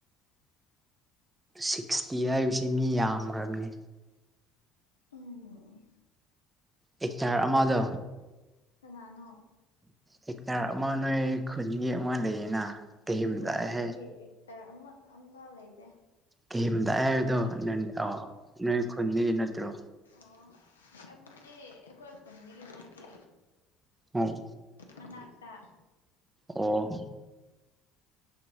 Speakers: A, on the right; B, on the left.
A: ꯁꯤꯛꯁꯇꯤ ꯍꯥꯏꯕꯁꯤ ꯃꯤ ꯌꯥꯝꯒ꯭ꯔꯝꯅꯦ
B: ꯎꯝ
A: ꯑꯦꯛꯇꯔ ꯑꯃꯗꯣ
B: ꯀꯅꯥꯅꯣ
A: ꯑꯦꯛꯇꯔ ꯑꯃ ꯅꯣꯏ ꯈꯨꯟꯒꯤ ꯑꯃ ꯂꯩꯌꯦꯅ ꯀꯩꯍꯤꯝꯗꯥꯏ
B: ꯑꯩꯈꯣꯏ ꯐꯦꯝꯂꯤꯒꯤ
A: ꯍꯥꯏ
B: ꯑꯦꯛꯇꯔ ꯑꯃ ꯑꯝꯐꯥꯎ ꯂꯩꯇꯦ
A: ꯀꯤꯝꯗꯥꯏ ꯍꯥꯏꯕꯗꯣ ꯅꯪ ꯑꯣ ꯅꯣꯏ ꯈꯨꯟꯗꯒꯤ ꯅꯠꯇ꯭ꯔꯣ
B: ꯑꯣ ꯑꯗꯨꯗꯤ ꯑꯩꯈꯣꯏ ꯈꯨꯟꯗꯒꯤ ꯅꯠꯇꯦ
A: ꯑꯣ
B: ꯃꯅꯥꯛꯇ
A: ꯑꯣ